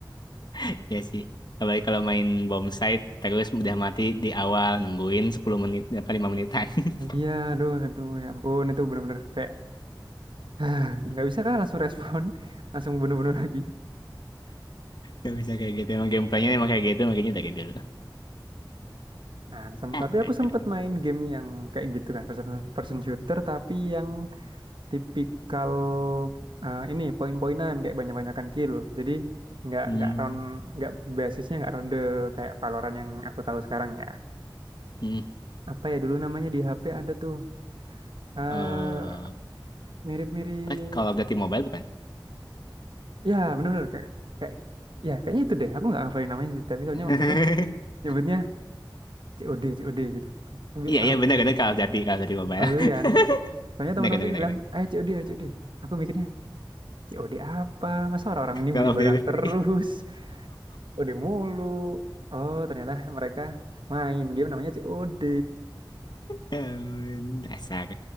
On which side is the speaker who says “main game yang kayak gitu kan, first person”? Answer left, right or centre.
Right